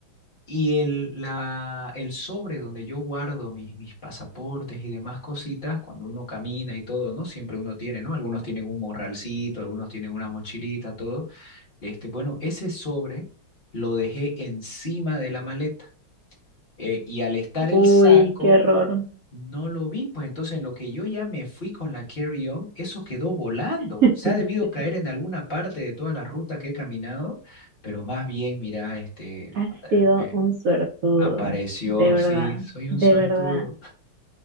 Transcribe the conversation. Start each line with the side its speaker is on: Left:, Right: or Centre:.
Left: y el, la, el sobre donde yo guardo mis, mis pasaportes y demás cositas, cuando uno camina y todo, ¿no? Siempre uno tiene, ¿no? Algunos tienen un morralcito, algunos tienen una mochilita, todo. Este, bueno, ese sobre lo dejé encima de la maleta. eh, y al estar
Right: Uy,
Left: el saco,
Right: qué error.
Left: no lo vi. Pues entonces, en lo que yo ya me fui con la carry-on, eso quedó volando.
Right: <laughs>
Left: Se ha debido caer en alguna parte de toda la ruta que he caminado, pero más bien, mira, este
Right: Has
Left: eh,
Right: sido un suertudo,
Left: Apareció,
Right: de verdad,
Left: sí, soy un
Right: de
Left: suertudo.
Right: verdad.